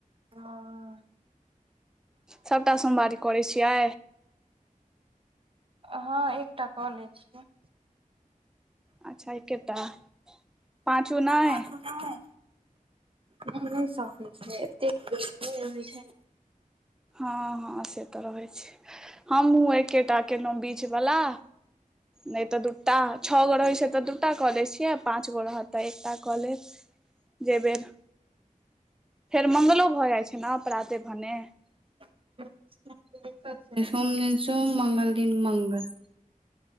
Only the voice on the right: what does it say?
हँ।
हँ एकटा कऽ लै छियै।
बाजू नैऽ। नै-नै सकै छै, एतेक गर्मी रहै छै न।
सैह तऽ दिक्कत छै, सोम दिन सोम मंगल दिन मंगल।